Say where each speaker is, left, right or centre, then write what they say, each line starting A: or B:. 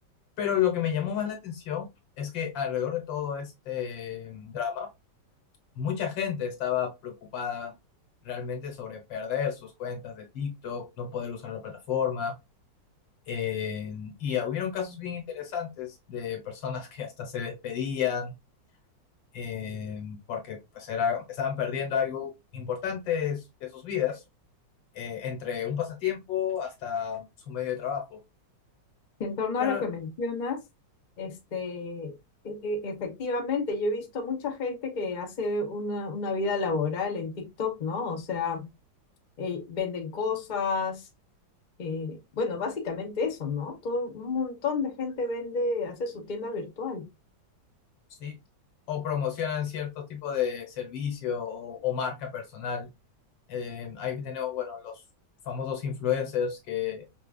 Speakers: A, on the left; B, on the left.
A: Pero lo que me llamó más la atención es que alrededor de todo este mm, drama, mucha gente estaba preocupada realmente sobre perder sus cuentas de TikTok, no poder usar la plataforma eh, y ah, hubieron casos bien interesantes de personas que hasta se despedían eh, porque pues era, estaban perdiendo algo importante de su- de sus vidas, eh, entre un pasatiempo hasta su medio de trabajo.
B: En torno
A: Pero
B: a lo que mencionas, este, e- e- efectivamente, yo he visto mucha gente que hace una, una vida laboral en TikTok, ¿no? O sea, eh, venden cosas, eh, bueno, básicamente eso, ¿no? Todo, un montón de gente vende, hace su tienda virtual.
A: sí, o promocionan ciertos tipos de servicio o, o marca personal. Eh, ahí tenemos, bueno, los famosos influencers que,